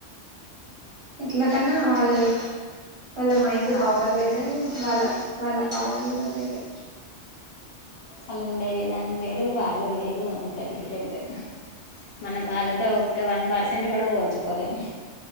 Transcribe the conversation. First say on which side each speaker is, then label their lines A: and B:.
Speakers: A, on the right (about 30°); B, on the left (about 65°).
A: ఇట్లా కన్నా వాళ్ళు వాళ్ళ మైం డ్
B: వాళ్ళదే
A: పవర్
B: బెటర్
A: వేరే వాళ్ళ వాళ్ళ పవర్ కూడా వేరే
B: వాళ్ళు ఉండే విధానం వేరు వాళ్ళు వేరు అంతా డిఫరెంట్ మన వాళ్ళతో ఒక్క వన్ పర్సెంట్ కూడా పోల్చుకోలేము